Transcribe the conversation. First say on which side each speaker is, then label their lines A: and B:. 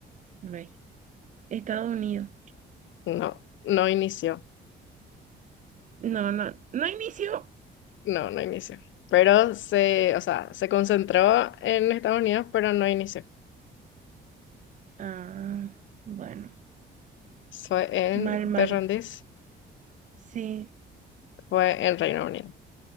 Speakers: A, on the right; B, on the left.
A: Ve. Estados Unidos.
B: No, no inició.
A: No, no, no inició.
B: No, no inició. Pero se, o sea, se concentró en Estados Unidos, pero no inició.
A: Ah, bueno.
B: Fue en,
A: Mal, mal.
B: ¿te rendís?
A: Sí.
B: Fue en Reino Unido.